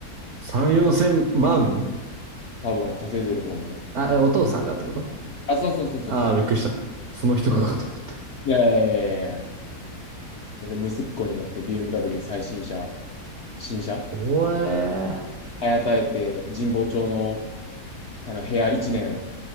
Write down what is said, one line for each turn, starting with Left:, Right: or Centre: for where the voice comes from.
Right: 3、4千万
Left: 多分稼いでると思う。
Right: あ、えお父さんがってこと
Left: あ、そうそうそうそうそ
Right: ああー、びっくりした。その人がかと思った。
Left: う。うん。いやいやいやいやいや。だって息子にだって BMW 最新車、新車、
Right: おえ
Left: あやたえて神保町の、あの部屋1年